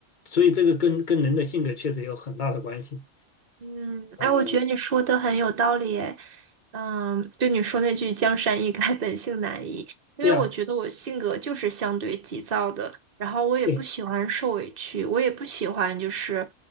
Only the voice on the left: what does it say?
所以这个跟跟人的性格确实有很大的关系。
呃，
对啊，
对